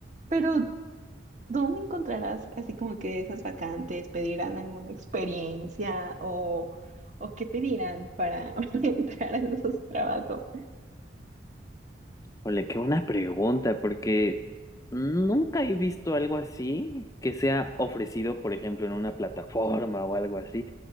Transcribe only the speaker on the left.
Ole, qué buena pregunta, porque nunca he visto algo así que sea ofrecido, por ejemplo, en una plataforma o algo así.